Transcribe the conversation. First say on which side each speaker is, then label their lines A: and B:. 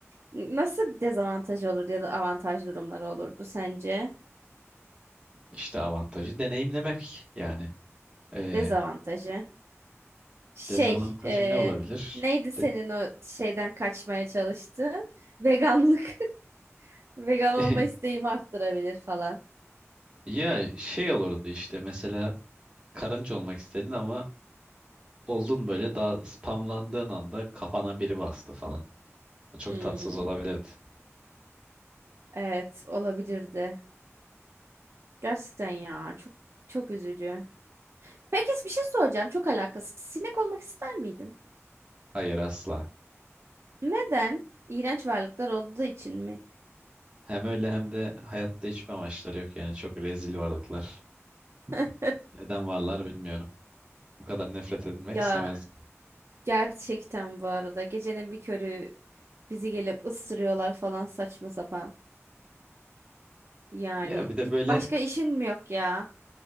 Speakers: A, on the right; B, on the right.
A: Nasıl bir dezavantajı olurdu ya da avantaj durumları olurdu sence?
B: İşte avantajı deneyimlemek yani. Ee,
A: Dezavantajı. Şey,
B: dezavantajı
A: eee,
B: ne olabilir?
A: neydi senin
B: De-
A: o şeyden kaçmaya çalıştığın? Veganlık. <laughs> Vegan
B: <laughs>
A: olma isteğimi arttırabilir falan.
B: ya şey olurdu işte mesela karınca olmak istedin ama Oldun böyle daha spamlandığın anda kafana biri bastı falan. Çok
A: Hmm,
B: tatsız olabilirdi. Hmm.
A: evet, olabilirdi. Gerçekten ya, çok çok üzücü. Peki bir şey soracağım, çok alakasız. Sinek olmak ister miydin?
B: Hayır asla.
A: Neden? İğrenç varlıklar olduğu için mi?
B: Hem öyle hem de hayatta hiçbir amaçları yok yani çok rezil varlıklar.
A: <laughs>
B: Neden varlar bilmiyorum. Bu kadar nefret edilmek
A: Ya
B: istemezdim.
A: gerçekten bu arada gecenin bir körü bizi gelip ısırıyorlar falan saçma sapan. Yani
B: Ya bir de
A: git
B: böyle
A: başka işin mi yok ya?